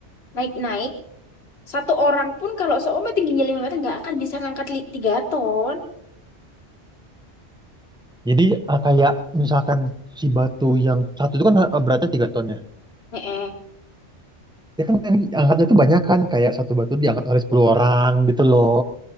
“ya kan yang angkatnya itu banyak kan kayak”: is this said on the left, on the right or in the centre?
Centre